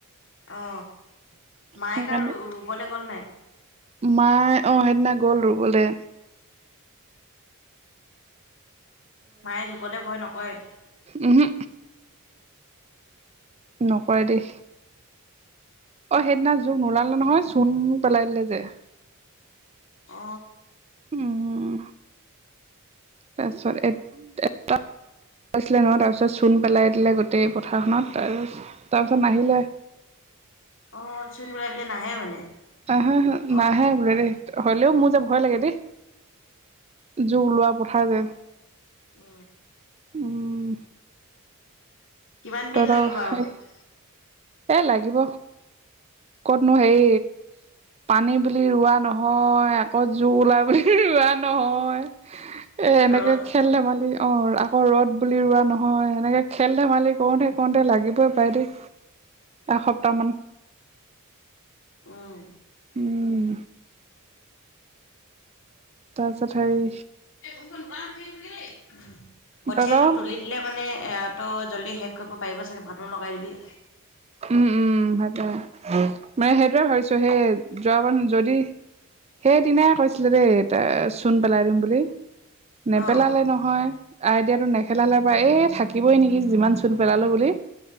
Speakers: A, on the left; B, on the right.
A: অ মায়ে
B: সেইকাৰণে
A: কা ৰু ৰুবলে গ'ল নাই?
B: মায়ে অ সেইদিনা গ'ল ৰুবলে।
A: মায়ে জোকলে ভয় নকৰে?
B: উহো। নকৰে দেই। অ সেইদিনা জোক নোলালে নহয় চোন পেলাই দিলে যে।
A: অ।
B: উম তাৰপিছত এত এটাত হৈছিলে নহ তাৰপিছত চূণ পেলাই দিলে গোটেই পথাৰখনত তাৰপিছত তাৰপিছত নাহিলে।
A: অ চোন পেলাই দিলে নাহে মানে।
B: অ হ হ
A: অ
B: নাহে বোলে দেই হলেও মোৰ যে ভয় লাগে দেই। জোক ওলোৱা পথাৰ যে।
A: অ
B: উম
A: কিমান
B: তহত
A: দিন লাগিব আৰু
B: সেই এ লাগিব। কতনো হেই পানী বুলি ৰোৱা নহয় আকৌ জোক ওলাই বুলি ৰোৱা নহয়। এ এনেকে
A: ৰ'দ
B: খেল ধেমালি অ আকৌ ৰ'দ বুলি ৰোৱা নহয় সেনেকে খেল ধেমালি। কৰোতে কৰোতে লাগিবই পাই দেই এসপ্তাহ মান।
A: উম।
B: উম। তাৰপিছত হেৰি
A: এ বহীখন দোকানত থৈ আহিবিগে দেই, উম কঠীয়াটো
B: তহঁতৰ
A: তুলি লে মানে এ ত জল্দি শেষ কৰিব পাৰিব চাগে মানুহ লগাই দিবি।
B: উম উম ভাতে মানে সেইটোয়ে ভাবিছো সেই যোৱাবাৰ যদি সেইদিনাই কৈছিলে দেই এ চূণ পেলাই দিম বুলি নেপেলালে
A: অ
B: ন হয় আইডিয়াটো নেখেলালে হপাই এই থাকিবই নেকি যিমান চূণ পেলালেও বুলি